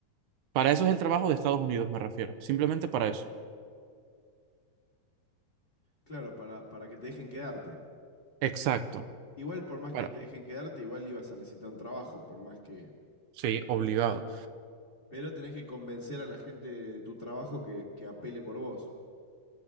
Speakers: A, on the right; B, on the left.
A: Para eso es el trabajo de Estados Unidos, me refiero, simplemente para eso.
B: Claro, para, para que te dejen quedarte.
A: Exacto.
B: Igual por más
A: Bueno,
B: que te dejen quedarte, igual ibas a necesitar un trabajo, por más que...
A: sí, obligado.
B: Pero tenés que convencer a la gente de tu trabajo que, que apele por vos.